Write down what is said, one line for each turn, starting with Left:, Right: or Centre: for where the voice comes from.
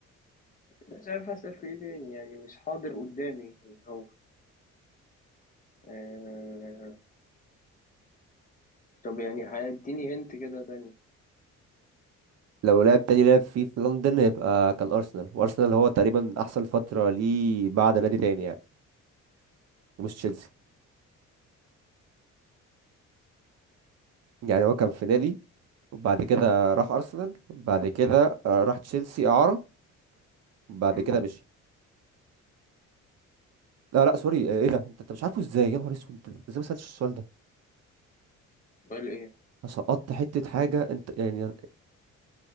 Left: <laughs> مش عارف أسأل في إيه تاني يعني مش حاضر قدامي هو آه... طب يعني هيديني هنت كده تانية
Right: لو لعب تاني لعب فيه في لندن هيبقى كان أرسنال وأرسنال هو تقريبا أحسن فترة ليه بعد نادي تاني يعني ومش تشيلسي يعني هو كان في نادي وبعد كده راح أرسنال بعد كده آه، راح تشيلسي إعارة بعد
Left: مم.
Right: كده مشي لا لا سوري آه، ايه ده انت انت مش عارفه ازاي يا نهار اسود انت إنت ازاي ما سألتش السؤال ده
Left: قول إيه
Right: أنا سقطت حتة حاجة انت يعني